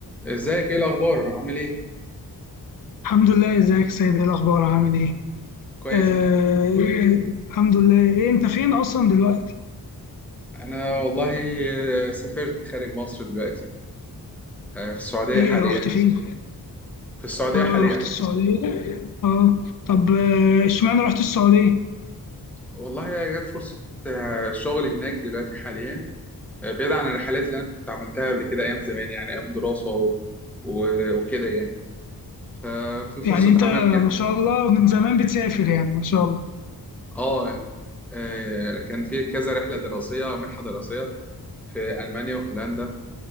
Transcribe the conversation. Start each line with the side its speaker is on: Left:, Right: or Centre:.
Centre: ازيك ايه الاخبار عامل ايه
Left: الحمد لله ازيك يا سيد ايه الاخبار عامل ايه
Centre: كويس
Left: آه
Centre: الحمد
Left: إيه، الحمد لله إيه انت فين اصلا دلوقتي
Centre: لله انا والله آه، سافرت خارج مصر دلوقتي آه، في السعوديه
Left: ايه
Centre: حاليا
Left: رحت فين
Centre: في السعوديه
Left: اه
Centre: حاليا
Left: رحت السعوديه اه طب آه، اشمعنى رحت السعوديه
Centre: والله جت فرصه آه، شغل هناك دلوقتي حاليا آه، بعيد عن الرحلات اللي انا كنت عملتها قبل كده ايام زمان يعني ايام دراسه و- و- وكده يعني ففي فرصه
Left: يعني انت
Centre: عمل جت
Left: ما شاء الله من زمان بتسافر يعني ما شاء الله
Centre: اه يعني، آه، كان في كذا رحله دراسيه او منحه دراسيه في المانيا وهولندا